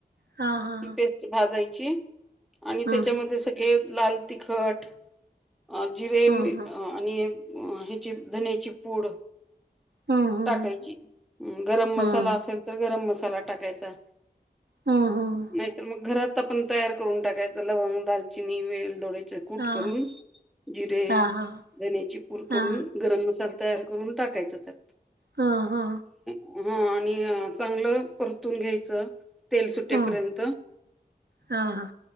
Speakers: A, on the right; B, in the centre.
A: हा हा
B: ही पेस्ट भाजायची हम्म् आणि
A: हा
B: त्याच्यामध्ये
A: हा
B: सगळे लाल तिखट अ जिरे
A: हा
B: मिठ
A: हा
B: हि एक अ ह्याची धन्याची पूड
A: हम्म हम्म
B: टाकायची अम्म् गरम
A: हम्म
B: मसाला असेल तर गरम मसाला टाकायचा
A: हम्म हम्म
B: नाहीतर मग घरात आपण तयार करून टाकायच. लवंग, दालचिनी, वेलदोडे ते कूट
A: हा
B: करून जिरे,
A: हा हा
B: धण्याची पुड
A: हा
B: करून गरम मसाल तयार करून टाकायच त्यात
A: हा हा
B: हो आणि चांगल परतू न घ्यायच तेल सुटेपर्यंत
A: हम्म हा हा